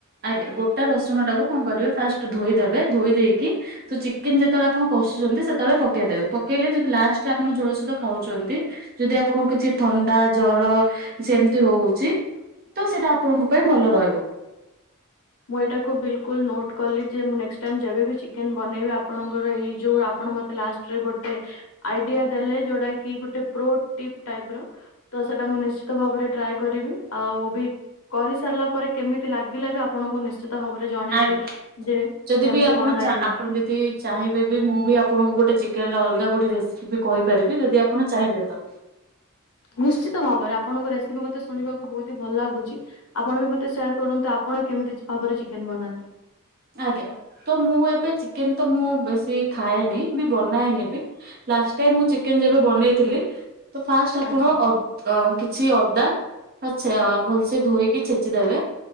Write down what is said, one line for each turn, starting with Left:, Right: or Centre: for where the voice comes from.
Right: ଆଜ୍ଞା ଗୋଟା ରସୁଣ ଟାକୁ କଣ କରିବେ ଫାଷ୍ଟ ଧୋଇଦବେ ଧୋଇ ଦେଇକି ତ ଚିକେନ ଯେତେବେଳେ ଆପଣ କଷୁଛନ୍ତି ସେତେବେଳେ ପକେଇଦେବେ, ପକେଇଲେ ଯଦି ଲାଷ୍ଟରେ ଆପଣ ଝୋଳ ସହିତ ଖାଉଛନ୍ତି ଯଦି ଆପଣଙ୍କୁ କିଛି ଥଣ୍ଡା ଜର ସେମିତି ରହୁଛି ତ ସେଇଟା ଆପଣଙ୍କୁ ପାଇଁ ଭଲ ରହିବ।
Left: ମୁଁ ଏଇଟାକୁ ବିଲ୍ କୁଲ ନୋଟ୍ କଲି ଯେ ମୁଁ ନେକ୍ସଟ ଟାଇମ୍ ଯେବେ ବି ଚିକେନ୍ ବନେଇବି ଆପଣଙ୍କର ଏଇ ଯୋଉ ଆପଣ ମତେ ଲାଷ୍ଟ ଗୋଟେ ଆଇଡିଆ ଦେଲେ ଯୋଉଟା କି ଗୋଟେ ପ୍ପ୍ରୋ ଟିପ ଟାଇପ୍ ର ତ ସେଟା ମୁଁ ନିଶ୍ଚିତ ଭାବରେ ଟ୍ରାଏ କରିବି ଆଉ ବି କରିସାରିଲା ପରେ କେମିତି ଲାଗିଲା ବି ଆପଣଙ୍କୁ ନିଶଚ ନିଶ୍ଚିତ ଭାବରେ ଜଣେଇବି
Right: ଆଜ୍ଞା।
Left: ଯେ
Right: ଯଦି
Left: କେମିତି
Right: ବି ଆପଣ
Left: କଣ ଲାଗିଲା।
Right: ଚା ଆପଣ ଯଦି ଚାହିଁବେ ବି ମୁଁ ବି ଆପଣଙ୍କୁ ଗୋଟେ ଚିକେନ ଅଲଗା ଗୋଟେ ରେସିପି ବି କହିପାରିବି, ଯଦି ଆପଣ ଚାହିଁବେ ତ।
Left: ନିଶ୍ଚିତ ଭାବରେ ଆପଣଙ୍କ ରେସିପି ମତେ ଶୁଣିବାକୁ ବହୁତ ହି ଭଲ ଲାଗୁଛି। ଆପଣ ବି ମତେ ସେୟାର କରନ୍ତୁ, ଆପଣ କେମିତି ଭାବରେ ଚିକେନ୍ ବନାନ୍ତି।
Right: ଆଜ୍ଞା, ତ ମୁଁ ଏବେ ଚିକେନ ତ ମୁଁ ବେଶୀ ଖାଏନି ବି ବନାଏ ନି ବି ଲାଷ୍ଟ୍ ଟାଇ ମୁଁ ଚିକେନ ଯେବେ ବନେଇଥିଲି, ତ ଫାଷ୍ଟ୍ ଆପଣ
Left: ଆଚ୍ଛା
Right: ଅ କିଛି ଅଦା ଆଛା ଭଲସେ ଧୋଇକି ଛେଚିଦେବେ,